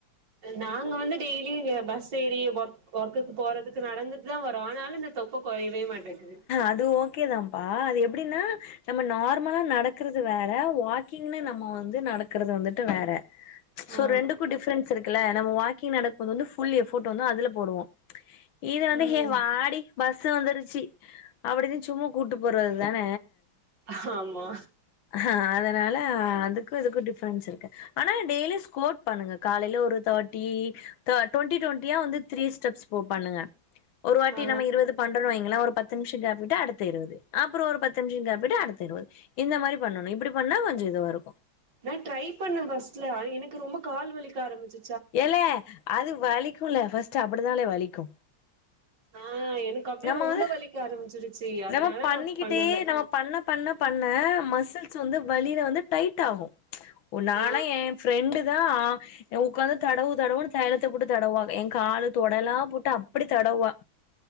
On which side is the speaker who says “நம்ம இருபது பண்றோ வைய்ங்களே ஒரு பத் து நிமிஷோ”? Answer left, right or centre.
Left